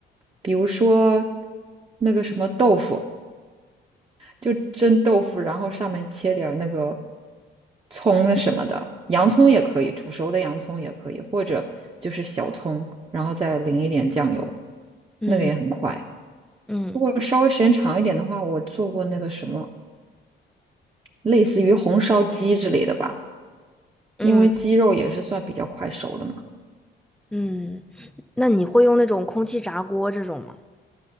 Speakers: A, on the right (about 25°); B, in the centre.
A: 比如说那个什么豆腐，就蒸豆腐，然后上面切点儿那个葱什么的，洋葱也可以，煮熟的洋葱也可以，或者就是小葱，然后再淋一点酱油，
B: 嗯
A: 那个也很快。
B: 嗯
A: 如果稍微时间长一点的话，我做过那个什么，类似于红烧鸡之类的吧。
B: 嗯
A: 因为鸡肉也是算比较快熟的嘛，
B: 嗯，那你会用那种空气炸锅这种吗？